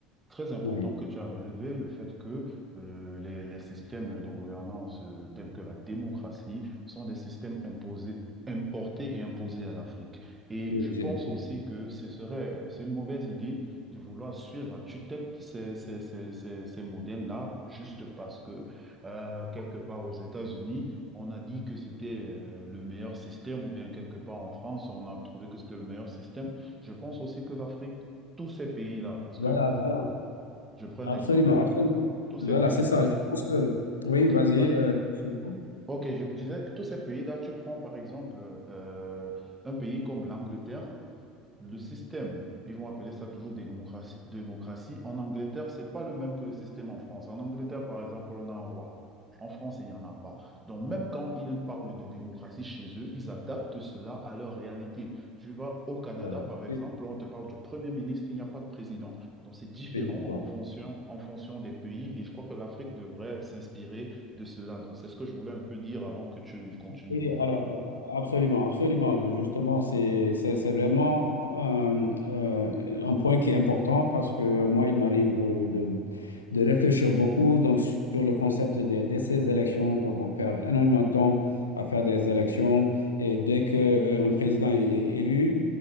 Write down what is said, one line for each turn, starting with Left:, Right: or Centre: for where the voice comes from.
Right: Très important
Left: oui.
Right: que tu as relevé le fait que euh, les, les systèmes de gouvernance euh, tels que la démocratie sont des systèmes imposés, importés et imposés à l'Afrique. Et
Left: oui,
Right: je
Left: j'ai-
Right: pense aussi que ce serait, c'est une mauvaise idée de vouloir suivre à tue-tête ces, ces, ces, ces, ces modèles-là juste parce que euh, quelque part aux États-Unis, on a dit que c'était euh, le meilleur système ou bien quelque part en France, on a trouvé que c'était le meilleur système. Je pense aussi que l'Afrique tous ces pays-là, parce
Left: Voilà,
Right: que
Left: voilà.
Right: je prends
Left: Absolument,
Right: un exemple.
Left: absolument.
Right: Tous ces
Left: Voilà,
Right: pays-là,
Left: c'est ça. Je pense que. Oui,
Right: ok,
Left: vas-y.
Right: va-
Left: euh, c'est bon.
Right: ok, je disais que tous ces pays-là, tu prends par exemple euh, un pays comme l'Angleterre. Le système, ils vont appeler ça toujours démocratie. démocratie. En Angleterre, c'est pas le même que le système en France. En Angleterre, par exemple, on a un roi. En France, il n'y en a pas. Donc, même quand ils parlent de démocratie chez eux, ils adaptent cela à leur réalité. Tu vas au Canada,
Left: Alors, euh,
Right: par exemple,
Left: c'est-
Right: on te parle du Premier ministre, il n'y a pas de président. Donc, c'est différent
Left: c'est bon.
Right: en fonction, en fonction des pays et je crois que l'Afrique devrait s'inspirer de cela. Donc, c'est ce que je voulais un peu dire avant que tu ne continues.
Left: Oui, alors a- absolument, absolument. Justement, c'est c'est- c'est vraiment euh, euh, un point qui est important parce que moi, il m'arrive euh, de, de réfléchir beaucoup donc, sur le concept des- de, ces élections. Donc, on perd énormément de temps à faire des élections et dès qu'un président est est élu,